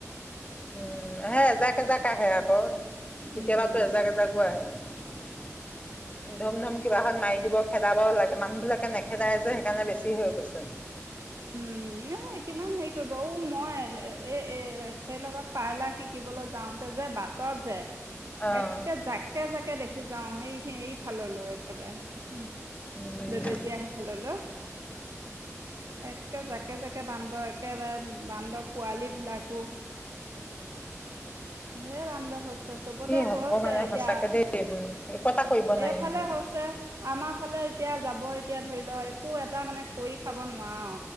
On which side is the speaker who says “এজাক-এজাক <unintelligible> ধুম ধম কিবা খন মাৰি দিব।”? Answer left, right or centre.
Left